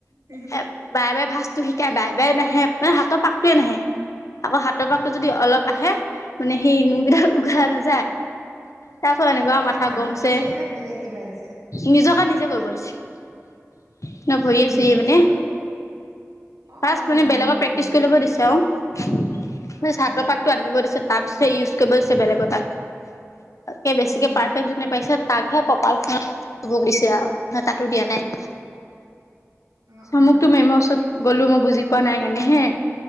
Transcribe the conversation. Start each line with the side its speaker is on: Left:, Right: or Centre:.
Right: অ', অ',
Left: বাৰে বাৰে ভাঁজটো শিকাই বাৰে বাৰে নাহে মানে হাতৰ পাকটোৱে নাহে। আকৌ হাতৰ পাকতটো যদি অলপ আহে, মানে সেই নাযায়। তাৰ পাছত এনেকুৱা
Right: এনেকে
Left: মাথা
Right: মানুহ
Left: গৰম হৈছে,
Right: দিছে নে বেলেগ কিবা দিছে?
Left: নিজকে নিজে কৈ পৰিছে। ন' ভৰি
Right: নিজৰ
Left: চোই মানে।
Right: চকুত নে- অ',
Left: ফাৰ্ষ্ট
Right: অ',
Left: মানে বেলেগক প্ৰেক্টিছ
Right: ভৰি
Left: কৰি ল'ব দিছে আৰু। মানে
Right: অ',
Left: চাতৰ
Right: অ',
Left: পাকটো আনিব দিছে তাৰ পিছতহে ইউজ কৰিব দিছে বেলেগৰ তাত। তাকে
Right: উম,
Left: বেছিকে পাৰফেক্ট যোনে পাইছে তাকহে কপাল খনত <unintelligible> দীছে আৰু ন তাতো দিয়া নাই
Right: অ',
Left: আমুকতো
Right: অ',
Left: মেমৰ ওচৰত গ'লো মই বুজি পোৱা নাই কাৰণে হে।